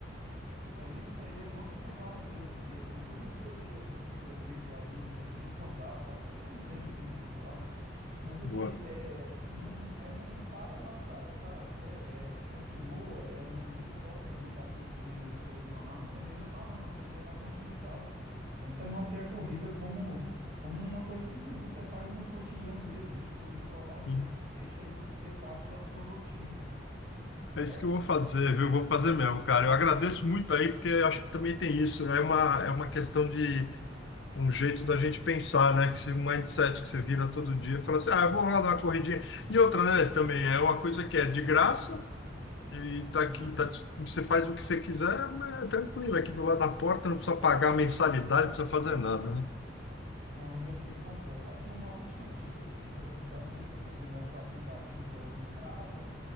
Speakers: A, on the right; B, on the left.
A: É, isso daí é bom você pegar ex- exemplo do seu dia, do seu dia a dia, de alguém que você tem contato. Eu acho que você fez bem em vir me procurar. Mas é
B: Boa.
A: que é, não, é, não para não, cara, sabe? Sério, é, continua, é, não se esforça muito a ponto de se lesionar, mas também não para não, tenta dar continuidade, tenta manter a corrida como, como uma coisa que você faz no cotidiano mesmo, tipo escovar os
B: Sim.
A: dentes, deixa isso ser parte da sua rotina, certo?
B: É isso que eu vou fazer, viu? Eu Vou fazer mesmo, cara. Eu agradeço muito aí, porque eu acho que também tem isso. né? É uma, é uma questão de um jeito da gente pensar, né? Que esse mindset que você vira
A: Isso.
B: todo dia, fala assim, ah, eu vou lá dar uma corridinha. E outra, né, também é uma coisa que é de graça e tá
A: Isso.
B: aqui, tá, dis- você faz o que você quiser, é tranquilo, aqui do lado da porta, não precisa
A: É.
B: pagar mensalidade, não precisa fazer nada, né?
A: É um exercício completo. Aqui uma última dica que que eu vou te dar, não sei se você conhece o aplicativo, é o Strava.